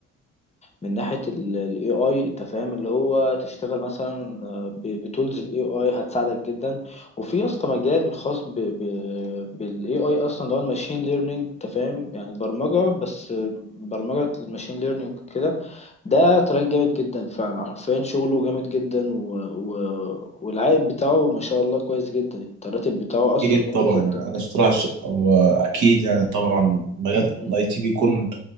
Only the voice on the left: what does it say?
من ناحية ال AI انت فاهم اللي هو تشتغل مثلا بتولز ال AI هتساعدك جدا وفي يا اسطى مجال خاص ب- ب- بال AI اصلا اللي هو الماشين ليرنينج انت فاهم يعني برمجة بس برمجة الماشين ليرنينج كده ده تراك جامد جدا فعلا حرفيا شغله جامد جدا و... و... والعائد بتاعه ما شاء الله كويس جدا يعني الراتب بتاعه اصلا
جامد
جدا
مم.